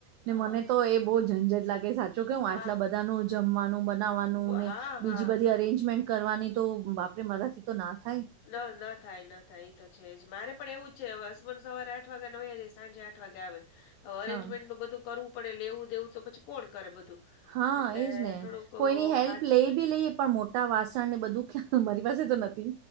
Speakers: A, on the right (about 85°); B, on the left (about 75°).
A: ને
B: હા
A: મને તો એ બહુ ઝંઝટ લાગે સાચું કેવું
B: હા
A: આટલા બધાનું જમવાનું બનાવવાનું
B: હા
A: ને બીજી
B: હા.
A: બધી અરેન્જમેન્ટ કરવાની તો બાપરે મારાથી તો ના થાય.
B: ના ના થાય ના થાય તો છે જ મારે પણ એવું જ છે હવે હસબન્ડ સવારે આઠ વાગ્યાને વયા જાય સાંજે આઠ વાગે આવે હવે અરેન્જમેન્ટ
A: હા
B: નું બધું કરવું પડે લેવું દેવું તો પછી કોણ કરે બધું.
A: હા
B: એટલે
A: એજ ને
B: થોડુંક
A: કોઈની હેલ્પ
B: હાર્ડ
A: લઈ બી લઈ પણ મોટા વાસણ ને બધું મારી પાસે તો નથી.